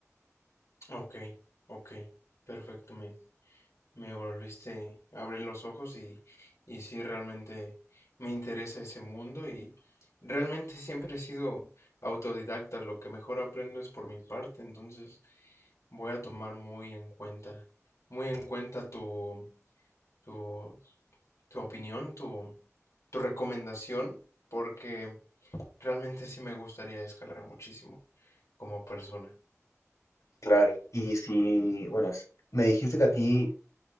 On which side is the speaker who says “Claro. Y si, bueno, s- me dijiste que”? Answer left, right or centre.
Left